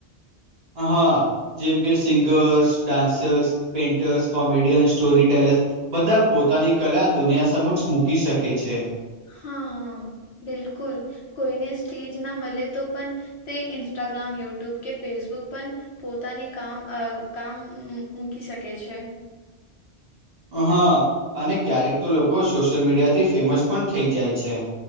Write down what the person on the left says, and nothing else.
હા હા બિલકુલ કોઈને સ્ટેજ ના મળે તો પણ. તે ન્સ્ટાગ્રામ ુટ્યુબ કે ફેસબુક પણ. પોતાને કામ કામ મૂકી શકે છે.